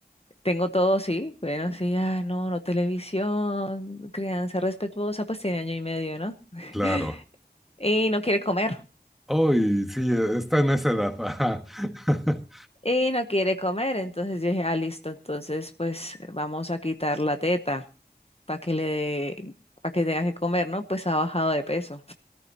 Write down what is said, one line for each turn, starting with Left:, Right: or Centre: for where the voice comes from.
Left: tengo todo, sí, bueno, sí, ah, no, no televisión, crianza respetuosa, pues tiene año y medio, ¿no? <laughs>
Centre: claro.
Left: Y no quiere comer,
Centre: Hoy sí, está en esa edad. Ajá. <laughs>
Left: y no quiere comer, entonces yo dije, ah, listo, entonces pues vamos a quitar la teta para que le, para que tenga que comer, ¿no? Pues ha bajado de peso.